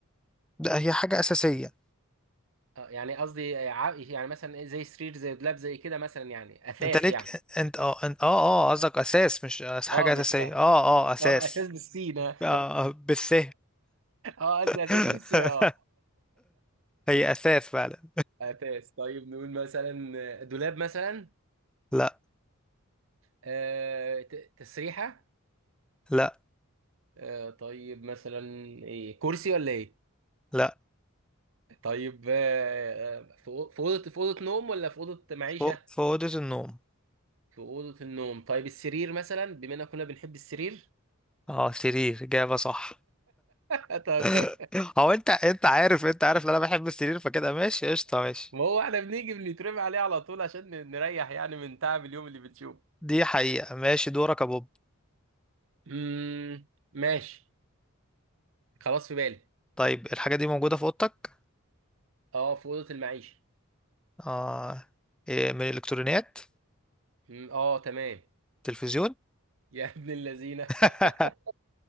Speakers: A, in the centre; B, on the right (about 60°).
A: ده هي حاجة اساسية
B: آه، يعني قصدي ع- يعني مثلا إيه زي سرير زي دولاب زي كده مثلا يعني اثاث
A: انت ليك
B: يعني
A: انت اه انت اه اه قصدك اساس مش أس- حاجة
B: اه مش
A: اساسية
B: اه
A: اه اه اساس
B: اه اساس بالسين اه
A: آه بالث
B: <laughs> آه، قصدي
A: <laughs>
B: اساس بالسين اه
A: هي أساس فعلا
B: <laughs> اساس طيب نقول مثلا دولاب مثلا
A: لا
B: آه ت- تسريحه
A: لا
B: آه طيب مثلا ايه كرسي ولا ايه
A: لا
B: طيب آه آه، في أو- في اوضه في اوضه نوم ولا في اوضه معيشه
A: فوق في أوضة النوم
B: في اوضه النوم طيب السرير مثلا بما اننا كنا بنحب السرير
A: اه سرير إجابة صح
B: <laughs> طب
A: <laughs>
B: طب
A: هو أنت أنت عارف أنت عارف إن أنا بحب السرير فكده ماشي قشطة ماشي
B: ما هو احنا بنيجي بنترمي عليه على طول عشان ن- نريح يعني من تعب اليوم اللي بنشوفه
A: دي حقيقة ماشي دورك يا بوب
B: امم ماشي خلاص في بالي
A: طيب الحاجة دي موجودة في أوضتك
B: اه في اوضه المعيشه
A: آه إيه من الإلكترونيات
B: مم، اه تمام <laughs>
A: تلفزيون
B: يا ابن اللذينه
A: <laughs>
B: <laughs>